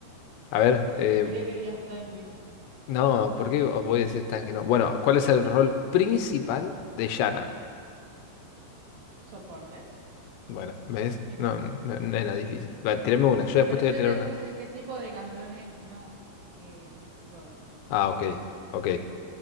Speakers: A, on the left; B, on the right.
A: A ver, eh,
B: Quería que digas tanque.
A: no, ¿por qué voy a decir tan que no? Bueno, ¿cuál es el rol principal de Yana?
B: Soporte,
A: Bueno, ¿ves?
B: sí,
A: No,
B: ¿no?
A: no, no no era difícil. Va, tírame una, yo después
B: Pero
A: te
B: yo
A: voy a tirar
B: te
A: una.
B: puse qué tipo de campeones, no qué rol.
A: Ah, ok, ok.